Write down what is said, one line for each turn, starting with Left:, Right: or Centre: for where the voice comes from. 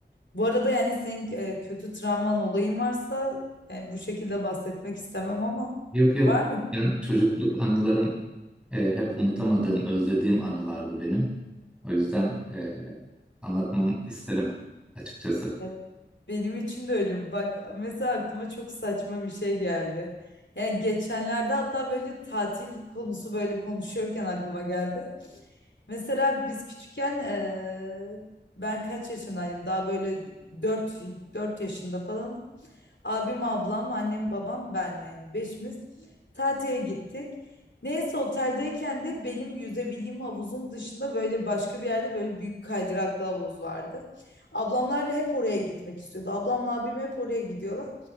Left: Bu arada yani senin e, kötü travman olayın varsa yani bu şekilde bahsetmek istemem ama
Centre: Yok yok.
Left: var mı?
Centre: Yani çocukluk anılarım e, hep unutamadığım, özlediğim anılardı benim. O yüzden e, anlatmamı isterim açıkçası.
Left: Ya Benim için de öyle. Bak mesela aklıma çok saçma bir şey geldi. Yani geçenlerde hatta böyle tatil konusu böyle konuşuyorken aklıma geldi. Mesela biz küçükken eee, ben kaç yaşındaydım? Daha böyle 4 4 yaşında falan. Abim, ablam, annem, babam, ben yani beşimiz tatile gittik. Neyse oteldeyken de benim yüzebildiğim havuzun dışında böyle başka bir yerde böyle büyük kaydıraklı havuz vardı. Ablamlar hep oraya gitmek istiyordu. Ablamla abim hep oraya gidiyorlar.